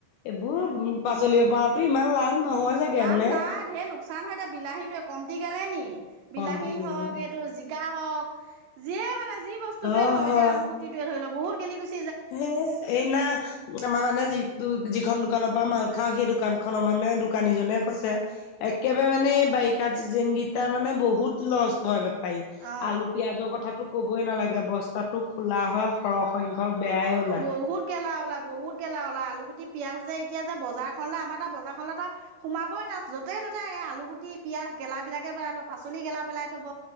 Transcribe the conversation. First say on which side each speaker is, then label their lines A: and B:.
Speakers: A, on the left; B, on the right.
A: এইবোৰ
B: উম
A: পাচলিব পৰাতো ইমান লাভ নহয় চাগে
B: লাভ
A: হয়নে
B: নাই ঢে ল লোকচান হয় এতিয়া বিলাহীটো কম তি গ'লে নি বিলাহী
A: কমটি গেলে
B: হওক এইটো জিকা হওক যে মানে যি বস্তুয়
A: হয়
B: হও
A: হয়
B: এতিয়া আলু গুটিটোয়ে ধৰি লওঁক বহুত গেলি গৈছি
A: হে এই ন আম মানে যি যিখন দোকানৰ পৰা মাল খাও সেই দোকান খনৰ মানে দোকানীজনে কৈছে একেবাৰে মানে বাৰিষা চিজ গেইটাৰ মানে বহুত লষ্ট হয় ব
B: অ
A: আলু পিয়াজৰ কথাাতটো কবই নালাগে বস্তাটো খোলা হয় সৰহ হয় ন ক বেয়াই
B: উম
A: ওলায়
B: বহুত গেলা বহুত গেলা লাই আলুটি পিয়য়াজ যে এতিয়া যে বজাৰ খলে আমাৰ এটা বজাৰ খনেলে ত সোমাবই নো য' ততে এই আলুটি পিয়াঁজ গেলাাবিলাকে পেলাই থ পাচলি গেলা পেলাই থব